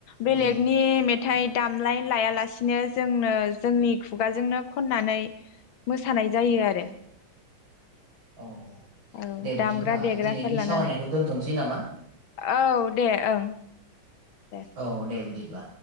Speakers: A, on the left; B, on the right.
A: बेलेगनि
B: दे
A: मेथाइ
B: ओ
A: दामलाय लाया लासेनो जोंनो जोंनि खुगाजोंनो खननानै मोसानाय जायो आरो
B: औ
A: औ
B: दे बिदिब्ला
A: दामग्रा देग्राफोर
B: दिनैनि
A: लानानै
B: सावरायनायखौ दोनथ'सै नामा
A: औ दे ओं दे
B: औ दे बिदि ब्ला